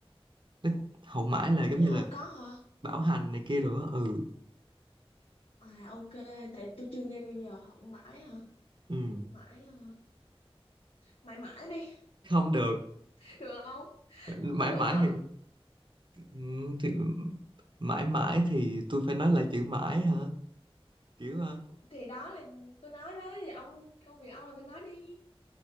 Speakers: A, on the right; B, on the left.
A: Nó- Hậu mãi là giống
B: Vậy
A: như
B: hả?
A: là
B: Có hả?
A: bảo hành này kia rồi á ừ
B: À ok, tại tôi chưa nghe bao giờ. Hậu mãi hả?
A: ừ
B: Mãi ờ, mãi mãi đi.
A: không được
B: <laughs> Được không?
A: mãi
B: Không được
A: mãi
B: hả?
A: thì, ừ, thì mãi mãi thì tôi phải nói là chữ mãi hả kiểu ờ,
B: Thì đó là tôi nói đó. Thì ông, công việc ông là phải nói đi.